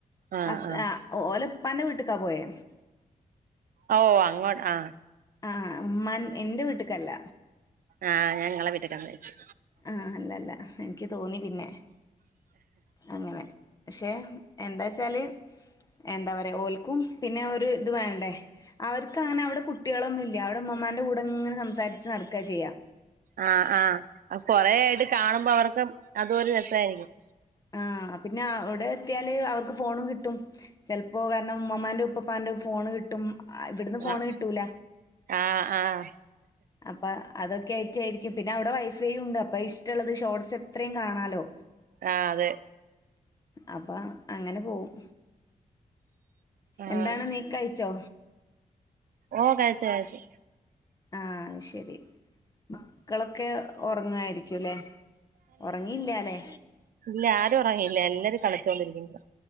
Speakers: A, on the right; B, on the left.
A: ആഹ്
B: അസ്
A: ആഹ്
B: ഓലപ്പാന്റ വീട്ട്ക്കാ പോയെ
A: ഓ അങ്ങോട്ട് ആഹ്
B: അഹ് ആഹ് ഉമ്മൻ ഇന്റെ വീട്ട്ക്കല്ല.
A: ആഹ് ഞ വീട്ട്ക്കന്നാര്ച്ചു.
B: ആഹ് അല്ലല്ല എൻക്ക് തോന്നി പിന്നെ അങ്ങനെ ശേ എന്താച്ചാല് എന്താ പറിയാ ഓൽക്കും പിന്നെ ഒരു ഇത് വേ അവർക്ക് അങ്ങനെ അവടെ കുട്ട്യാളൊന്നും ഇല്ല. അവ്ടെ ഇമ്മമ്മാന്റെ കൂടെങ്ങനെ സംസാരിച്ച് നടക്കാ ചെയ്യാ
A: ആഹ് ആഹ് കൊറെ ആയിട്ട് കാണുമ്പോ അവർക്ക് അതൊരു രസായിരിക്കും.
B: ആഹ് പിന്നെ അവിടെ എത്തിയാല് അവർക്ക് ഫോണും കിട്ടും. ചെൽപ്പോ കാരണം ഉമ്മമ്മാന്റെ ഉപ്പപ്പാന്റെ ഫോണ് കിട്ടും. ഇവ്ടുന്ന് ഫോണ്
A: ആഹ്
B: കിട്ടൂല.
A: ആഹ് ആഹ്
B: അപ്പൊ അതൊക്കെ ആയിട്ടായ്രിക്കും. പിന്നെ അവിടെ വൈഫൈ ഉണ്ട് അപ്പൊ ഇഷ്ടള്ളത് ഷോർട്സ് എത്രയും കാണാലോ.
A: ആഹ് അതെ.
B: അപ്പൊ അങ്ങനെ പോവും
A: ആഹ്
B: എന്താണ് നീ കയിച്ചോ?
A: ഓ കഴിച്ച് കഴിച്ച്
B: ആഹ് ശരി. മക്കളൊക്കെ ഒറങ്ങായിരിക്കുല്ലേ. ഒറങ്ങിയില്ലാല്ലേ
A: ഇല്ലാ. ആരും ഒറങ്ങിയില്ല എല്ലാരും കളിച്ചോണ്ടിരിക്കുന്നു